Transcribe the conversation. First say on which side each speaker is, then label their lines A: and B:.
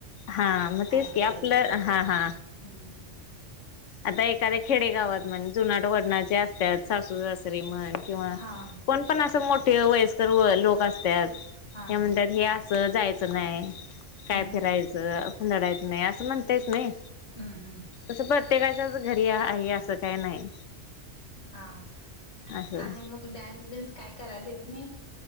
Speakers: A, on the left; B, on the left.
A: हा मग
B: नाही
A: तेच की
B: जायचं
A: आपलं
B: असं
A: हा
B: तेन
A: हा.
B: हम्म
A: आता एखाद्या खेडेगावात म्हण जुनाट वडणाचे असत्यात सासू सासरीे म्हण किंवा,
B: हा
A: कोण पण अस मोठे वयस्कर व लोक असत्यात,
B: हा
A: हे म्हणत्यात
B: हा
A: ह्या अस जायच नाही, काय
B: हम्म
A: फिरायच हुंदडायेत नाही असं म्हणतयच नई.
B: हम्म हम.
A: तसं प्रत्येकाच्याच घरी आहे असं काही नाही.
B: हा,
A: असं
B: आणि मग डान्स बिन्स काय कराय देत नाहीत?